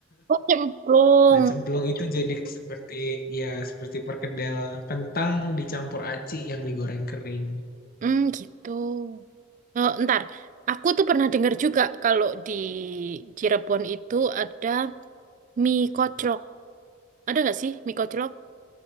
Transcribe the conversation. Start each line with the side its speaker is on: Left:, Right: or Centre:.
Right: oh cemplung.
Left: Nah, cemplung itu jadi seperti ya seperti perkedel kentang dicampur aci yang digoreng kering.
Right: Hmm, gitu. Oh, ntar, aku tuh pernah dengar juga kalau di Cirebon itu ada mie koclok. Ada nggak sih mie koclok?